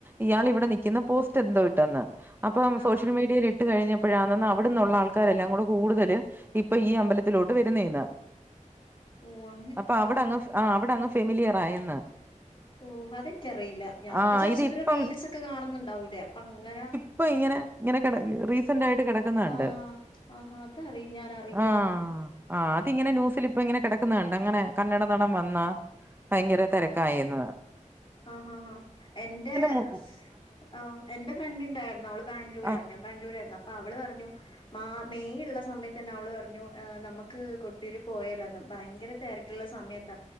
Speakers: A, on the right; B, on the left.
A: ഇയാളിവിടെ നിക്കുന്ന പോസ്റ്റ്ന്തോ ഇട്ടന്ന് അപ്പൊ
B: ആഹാ
A: സോഷ്യൽ മീഡിയലി ഇട്ട് കഴിഞ്ഞപ്പോഴാണന്ന് അവിടന്നുള്ള ആൾക്കാരല്ലാം കൂടെ കൂടുതൽ ഇപ്പൊ ഈ അമ്പലത്തിലോട്ട് വരുന്നേന്ന്
B: പോവാ
A: അപ്പ അവിടങ്ങ് ഫെ ആഹ് അവിടങ്ങ് ഫെമിലിയർ ആയന്ന്.
B: ഓഹ് അതെനിക്കറിയില്ല ഞാൻ
A: ആഹ്
B: വിചാരിച്ചു
A: ഇത്
B: ഇവര്
A: ഇപ്പം
B: റീൽസ്ക്കെ കാണുന്നുണ്ടാവൂലേ അപ്പങ്ങന
A: ഇപ്പൊ ഇങ്ങനെ ഇങ്ങനെ റീസന്റ് ആയിട്ട് കെടക്കുണണ്ട്
B: ആഹ് ആഹാ അതറി ഞാൻ അറിയില്ലായിരുന്നു
A: ആഹ് ആഹ് അതിങ്ങനെ ന്യൂസിൽ ഇപ്പ ങ്ങനെ കെടക്കുന്നണ്ട് അങ്ങനെ കന്നഡ നടൻ വന്നാ പയങ്കര തെരക്കായേന്ന്.
B: ആഹാ ഹാ ഹാ എന്റെ
A: മു
B: സ് ആഹ് എന്റെ ഫ്രണ്ടിണ്ടായിരുന്നു അവള് ബാംഗ്ലൂരാ
A: ആഹ്
B: ഞ ബാംഗ്ലൂരരുന്നു അപ്പൊ അവള് പറഞ്ഞു മാ മെയ്യുള്ള സമയത്തന്നെ അവള് പറഞ്ഞു ഏഹ് നമ്മക്ക് കൊട്ടിയൂര് പോയലോന്ന് ഭയങ്കര തെര ‌ക്കിള്ള സമിയത്താ.